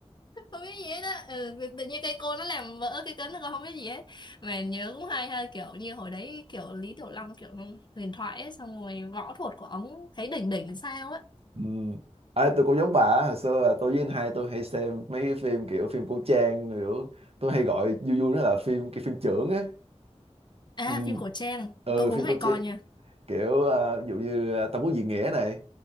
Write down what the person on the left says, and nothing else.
không biết gì hết á. Ừ, tự nhiên cây côn nó làm vỡ cái kính, con không biết gì hết. Mà nhớ cũng hay ha, kiểu như hồi đấy kiểu Lý Tiểu Long kiểu huyền thoại ấy, xong rồi võ thuật của ông thấy đỉnh đỉnh sao á.
À,
phim cổ trang,
tôi cũng
hay
coi nha.